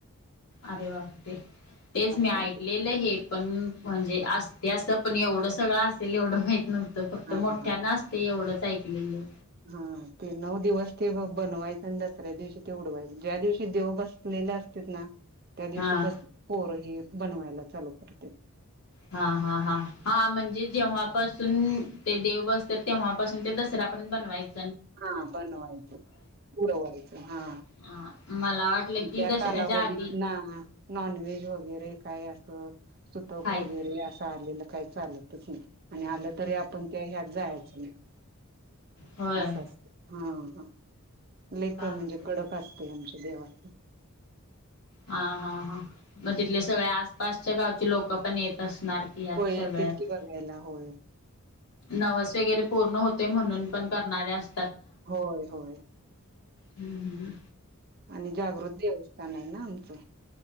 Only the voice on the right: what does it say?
असंय
ते
हा
हा.
हा.... ते नऊ दिवस ते बनवायचं आणि दसऱ्या दिवशी ते उडवायच ज्या दिवशी देव... बसतोय बसले असतेत ना.... त्या
दिवशी पास..... हे बनवाला चालू करतात
हा बनवायच...... उडवायच हा.
त्या
कालावधीत
ना नॉनव्हेज वगैरे काय अस? सुतक
वगैरे असं आलेलं काही चालतच नाही. आणि आलं तरी आपण त्या ह्यात जायचं नाही.
अस... असत... हा ह लय
म्हणजे कडक असते आमच्या. देवाच
होय
तितकी बघायला होय
होय होय.
आणि जागृत देवस्थान आहे ना आमचं...